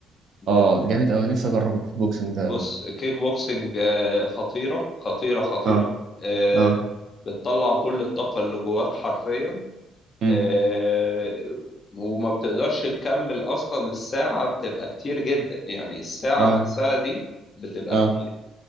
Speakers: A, on the left; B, on the right.
A: برضو
B: اه ده جامد قوي نفسي اجرب الكيك بوكسنج ده
A: بص
B: لا
A: الكيك بوكسنج آه، خطيرة خطيرة خطيرة
B: اه
A: آه،
B: اه
A: بتطلع كل الطاقة اللي جواك حرفيا
B: امم
A: آه، وما بتقدرش تكمل أصلا الساعة بتبقى كتير جدا يعني الساعة
B: اه
A: نفسها دي بتبقى
B: اه
A: كتير.